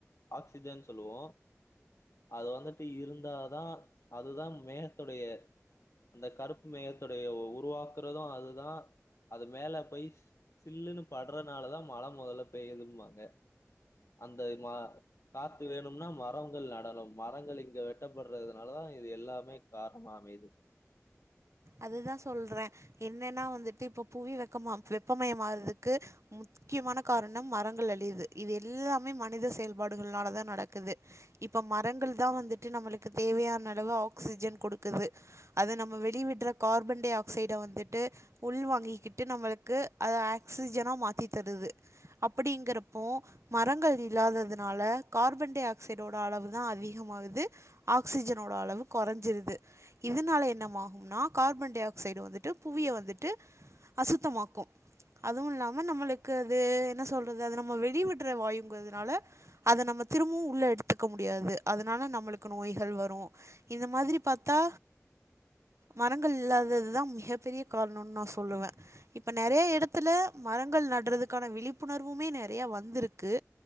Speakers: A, on the left (about 60°); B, on the right (about 65°).
A: ஆக்சிஜன் சொல்லுவோ அது வந்துட்டு இருந்தாதா அதுதா மேகத்தோடைய அந்த கருப்பு மேகத்தடைய உருவாக்குறது அதுதான் அது மேல போயி சில்லுன்னு பட்றனாலதா மழை மொதல்ல பெய்தும்பாங்க அந்த இதுமா காத்து வேணுனா மரங்கள் நடனு மரங்கள் இங்க வெட்டப்பட்றதுனால தா இது எல்லாமே காரணமா அமையுது
B: அதுதா சொல்றே என்னன்னா வந்துட்டு இப்ப புவி வெக்கமா வெப்பமயொ ஆறதுக்கு மு முக்கியமான காரணம் மரங்கள் அழியிது இது எல்லாமே மனித செயல்பாடுகள்னால தா நடக்குது இப்போ மரங்கள் தா வந்துட்டு நம்மளுக்கு தேவையான அளவு ஆக்சிஜன் குடுக்குது அது நம்ம வெளி விட்ற கார்பன் டை ஆக்சைட வந்துட்டு உள் வாங்கிக்கிட்டு நம்மளுக்கு அத ஆக்சிஜனா மாத்தி தருது அப்டிங்கறப்போ மரங்கள் இல்லாததுனால கார்பன் டை ஆக்சைடோட அளவுதா அதிகமாகுது ஆக்சிஜனோட அளவு கொறஞ்சிருது இதனால என்னமாகூனா கார்பன் டை ஆக்சைடு வந்துட்டு புவிய வந்துட்டு அசுத்தமாக்கு அதும் இல்லாம நம்மளக்கது என்ன சொல்றது அது நம்ம வெளி விட்ற வாயுங்கிறதுனால அத நம்ம திரும்பவு உள்ள எடுத்துக்க முடியாது அதனால நம்மளுக்கு நோய்கள் வரு இத மாதிரி பாத்தா மரங்கள் இல்லாததுதா மிக பெரிய காரணனு நா சொல்லுவே இப்ப நெறையா எடத்துல மரங்கள் நடறதுக்கான விழிப்புணர்வுமே நெறையா வந்திருக்கு